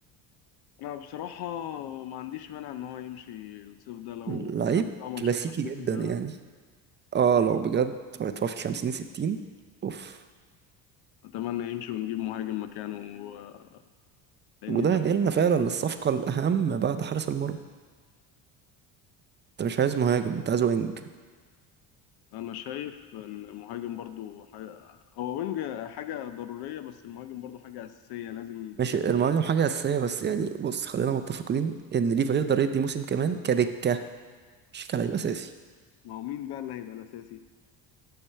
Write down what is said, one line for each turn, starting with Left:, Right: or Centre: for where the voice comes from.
Left: انا بصراحه ما عنديش مانع ان هو يمشي الصيف ده لو
Right: لعيب
Left: الكلام بتاع مانشستر
Right: كلاسيكي
Left: سيتي
Right: جدا
Left: ده
Right: يعني
Left: صحيح
Right: اه لو بجد هيتوفي 50 60 اوف
Left: اتمنى يمشي ونجيب مهاجم مكانه آه، لان
Right: وده
Left: ده
Right: هينقلنا
Left: من المركز
Right: فعلا للصفقة الأهم بعد حارس المرمى انت مش عايز مهاجم انت عايز وينج
Left: انا شايف ان المهاجم برضو حاجه هو وينج حاجه ضروريه بس المهاجم برضو حاجه اساسيه لازم
Right: ماشي
Left: تجيبها
Right: المهاجم حاجة أساسية بس يعني بص خلينا متفقين إن ليفا يقدر يدي موسم كمان كدكة مش كلاعب أساسي
Left: ما هو مين بقى اللي هيبقى الاساسي